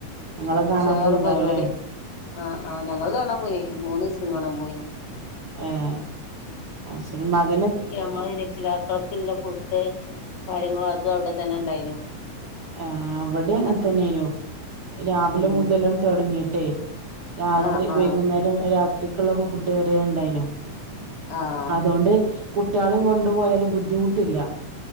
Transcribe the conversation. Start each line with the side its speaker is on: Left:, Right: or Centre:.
Right: ഇങ്ങള് കാണാൻ
Left: ഉഷാർ
Right: പോയിണ്ടാവുംല്ലേ
Left: പരിപാടി ആഹ് ആഹ് ഞങ്ങള് കാണാൻ പോയിനി മൂന്ന് ദിവസം കാണാൻ പോയിന്
Right: ഏഹ് അയ്ശരി മകന്
Left: നമ്മൾ രക്ഷിതാക്കൾക്കുള്ള ഫുഡ് കാര്യങ്ങളും അതും അവിടെ തന്നെ ഉണ്ടായിനു
Right: ആഹ് അവിടേം അങ്ങനെ തന്നെനു രാവിലെ
Left: ഉം
Right: മുതലും തുടങ്ങിട്ടേ രാത്രി
Left: ആഹ് ആഹ്
Right: വൈകുന്നേരം രാത്രിക്കുള്ള ഫുഡ് വരെ ഉണ്ടായിനു
Left: ആഹ്
Right: അതുകൊണ്ട് കുട്ടിയാളീം കൊണ്ടുപോയാലും ബുദ്ധിമുട്ടില്ല